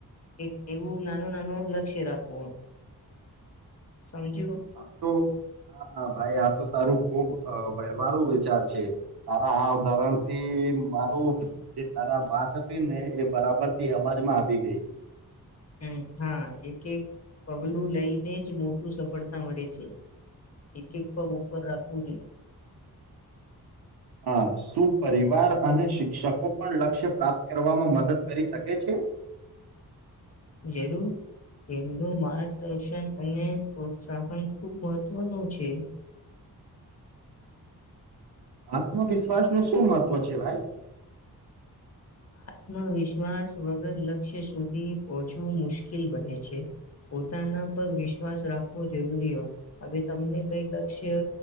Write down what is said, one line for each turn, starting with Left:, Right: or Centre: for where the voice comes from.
Left: એક એવું નાનું નાનું લક્ષ્ય રાખવું સમજ્યું
Right: આ તો હા હા ભાઈ આ તો તારું ખૂબ અ, વ્યવહારુ વિચાર છે તારા આ ઉદાહરણથી મારું જે તારા વાત હતી ને એ બરાબરથી સમજમાં આવી ગઈ
Left: હમ હા એક એક પગલું લઈને જ મોટું સફળતા મળે છે એક એક પગ ઉપર રાખવું
Right: હા શું પરિવાર અને શિક્ષકો પણ લક્ષ્ય પ્રાપ્ત કરવામાં મદદ કરી શકે છે
Left: જોઈએ જરૂર તેમનું માર્ગદર્શન અને પ્રોત્સાહન ખૂબ મહત્વનું છે
Right: આત્મવિશ્વાસનું શું મહત્વ છે ભાઈ
Left: આત્મવિશ્વાસ વગર લક્ષ્ય સુધી પહોંચવું મુશ્કેલ બને છે. પોતાના પર વિશ્વાસ રાખવો જરૂરી હો હવે તમને કઈ લક્ષ્ય